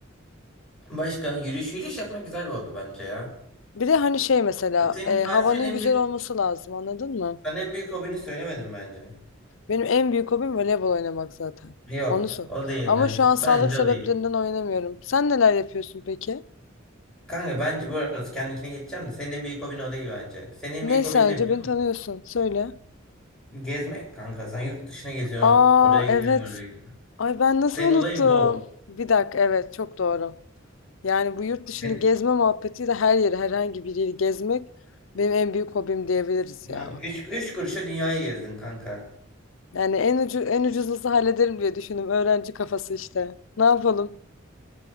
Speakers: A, in the centre; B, on the left.
A: Başka yürüyüş yürüyüş yapmak güzel bir hobi bence ya.
B: Bir de hani şey mesela
A: Senin,
B: e,
A: ben
B: havanın
A: senin en
B: güzel
A: büyük
B: olması lazım anladın mı?
A: ben en büyük hobini söylemedim bence.
B: Benim en büyük hobim voleybol oynamak zaten.
A: Yok
B: Onu sor.
A: o değil
B: Ama
A: bence.
B: şu an
A: Bence
B: sağlık sebeplerinden
A: o değil.
B: oynamıyorum. Sen neler yapıyorsun peki?
A: Kanka bence bu arada kendinkine geçeceğim de senin en büyük hobin o değil bence. Senin en
B: Ne
A: büyük hobin
B: sence
A: ne biliyor
B: beni
A: musun?
B: tanıyorsun? Söyle.
A: Gezmek kanka. Sen yurt dışına geziyorsun.
B: Aa
A: Oraya gidiyorsun
B: evet.
A: oraya gidiyorsun.
B: Ay ben nasıl
A: Senin
B: unuttum?
A: olayın bu.
B: Bir dakika evet çok doğru. Yani bu yurt
A: Sen,
B: dışını gezme muhabbetiyle her yeri herhangi bir yeri gezmek benim en büyük hobim diyebiliriz
A: yani
B: ya.
A: üç, üç kuruşa dünyayı gezdin kanka.
B: Yani en ucu, en ucuzlusu hallederim diye düşündüm. Öğrenci kafası işte. Ne yapalım?